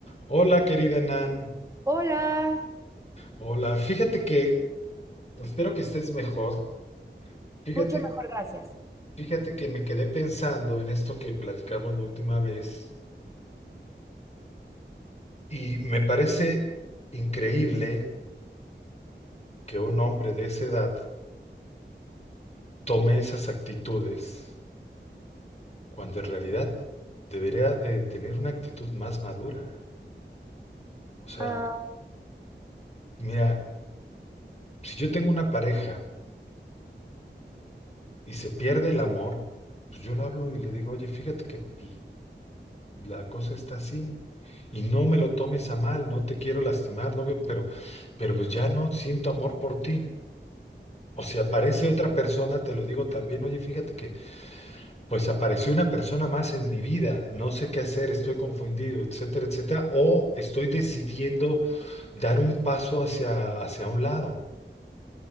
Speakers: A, on the left; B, on the right.
A: Hola, querida Nan.
B: Hola,
A: Hola, fíjate que espero que estés mejor. Fíjate,
B: mucho mejor, gracias.
A: fíjate que me quedé pensando en esto que platicamos la última vez y me parece increíble que un hombre de esa edad tome esas actitudes cuando en realidad debería de tener una actitud más madura. O sea,
B: Ah,
A: mira, si yo tengo una pareja y se pierde el amor, pues yo lo hablo y le digo, oye, fíjate que pues, la cosa está así. y no me lo tomes a mal, no te quiero lastimar, no, que- pero, pero pues ya no siento amor por ti. O si aparece otra persona, te lo digo también, oye, fíjate que pues apareció una persona más en mi vida, no sé qué hacer, estoy confundido, etcétera, etcétera, o estoy decidiendo dar un paso hacia, hacia un lado.